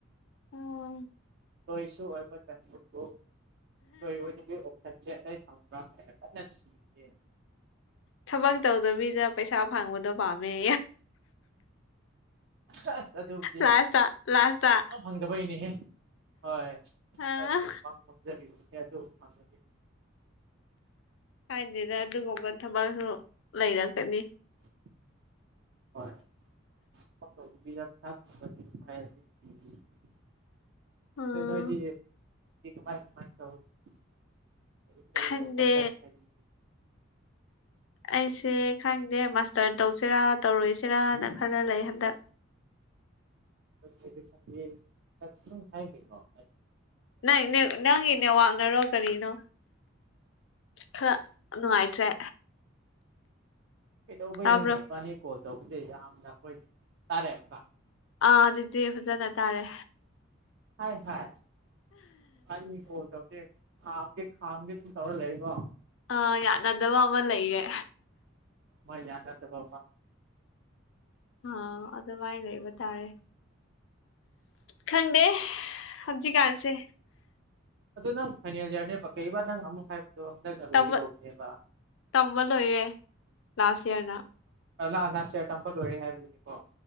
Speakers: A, on the left; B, on the right.
A: ꯑꯣ
B: ꯀꯣꯏꯁꯨ ꯑꯣꯏꯕ ꯆꯦꯟꯨꯣꯏ ꯑꯣꯏꯗꯕꯤ ꯑꯣꯞꯁꯟꯁꯦ ꯀ ꯐꯪꯕ꯭ꯔꯥ ꯍꯥꯏꯅ ꯀꯟꯅ ꯊꯤꯔꯤꯦ
A: ꯊꯕꯛ ꯇꯧꯗꯕꯤꯗ ꯄꯩꯁꯥ ꯐꯪꯕꯗꯣ ꯄꯥꯝꯃꯦ
B: ꯑꯁ ꯑꯁ ꯑꯗꯨꯕꯨꯗꯤ
A: ꯂꯥꯁꯇ ꯂꯥꯁꯇ
B: ꯐꯪꯗꯕꯩꯅꯤꯍꯦ ꯍꯣꯏ
A: ꯑꯥ
B: ꯑꯗꯤ ꯃꯉꯖꯔꯤ ꯌꯥꯁꯨ ꯐꯪꯗꯤ
A: ꯀꯥꯏꯗꯦꯗ ꯑꯗꯨꯒꯨꯝꯕ ꯊꯕꯛꯁꯨ ꯂꯩꯔꯛꯀꯅꯤ
B: ꯍꯣꯏ ꯊ ꯆꯂꯣ ꯀꯃꯥꯏ ꯀꯃꯥꯏ ꯆ
A: ꯎꯝ
B: ꯀ ꯑꯣꯐꯇ ꯔ
A: ꯈꯟꯗꯦ
B: ꯍꯥꯏ
A: ꯑꯩꯁꯦ ꯈꯪꯗꯦ ꯃꯥꯁꯇꯔ ꯇꯧꯁꯤꯔꯥ ꯇꯧꯔꯣꯏꯁꯤꯔꯅ ꯈꯜꯂ ꯂꯩ ꯍꯟꯗꯛ
B: ꯣ
A: ꯅꯪ ꯏꯅꯦ ꯅꯪ ꯏꯅꯦ ꯋꯥꯥꯛꯅꯔꯣ ꯀꯔꯤꯅꯣ ꯈꯔ ꯅꯨꯡꯉꯥꯏꯇ꯭ꯔꯦ
B: ꯀꯩꯗꯧꯕꯩꯩꯅꯣꯅꯦ
A: ꯇꯥꯕ꯭ꯔꯣ
B: ꯏꯕꯥꯅꯤ ꯀꯣꯜ ꯇꯧꯕꯗꯩ ꯌꯥꯝꯅ ꯑꯩꯈꯣꯏ ꯇꯥꯔꯛꯑꯦꯕꯀ
A: ꯑꯥ ꯑꯗꯨꯗꯤ ꯐꯖꯅ ꯇꯥꯔꯦ
B: ꯍꯥꯏ ꯍꯥꯏ ꯑꯅꯤꯣ ꯇ ꯍꯥꯝꯒꯦ ꯍꯥꯝꯦ ꯊꯝ ꯇꯧꯔꯗꯦ ꯏꯕꯣ
A: ꯑꯥ ꯌꯥꯅꯗꯕ ꯑꯃ ꯂꯩꯔꯦ
B: ꯌꯥꯅ ꯇꯕꯥ
A: ꯑꯥ ꯑꯗꯚꯥꯏ ꯂꯩꯕꯔꯦ ꯈꯪꯗꯦ ꯑꯞꯖꯤ ꯀꯥꯟꯁꯦ
B: ꯑꯗꯨꯣ ꯅꯪ ꯐꯥꯏꯅꯦꯜ ꯌꯥꯌꯥꯔꯅꯦꯕ ꯀꯩꯕꯥ ꯅꯪ ꯑꯃꯨꯛ ꯍꯥꯏꯕ ꯍꯂꯛ
A: ꯇꯝꯕ
B: ꯂꯣꯅꯤꯕ
A: ꯇꯝꯕ ꯂꯣꯏꯔꯦ ꯂꯥꯁ ꯏꯌꯔꯗ
B: ꯂꯥꯛꯑ ꯂꯁꯤꯌꯥ ꯇꯝꯕ ꯂꯣꯏꯔꯦ ꯍꯥꯏꯕꯗꯨꯅꯤꯀꯣ